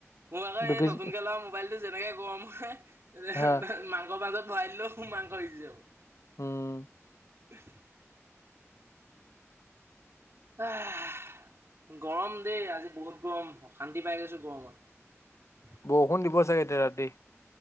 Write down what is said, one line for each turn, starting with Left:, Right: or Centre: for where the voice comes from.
Right: মোৰ আকৌ
Left: দুপিছ
Right: এই নতুনকে লোৱা মোবাইলটো যেনেকে গৰম হয়, এ
Left: হা
Right: মাংসৰ মাজত। ভৰাই দিলো মাংস সিজি যাব।
Left: উম!
Right: <unintelligible> <unintelligible> গৰম দেই আজি বহুত গৰম, অশান্তি পাই গৈছোঁ গৰমত।
Left: বৰষুণ দিব চাগে এতিয়া ৰাতি।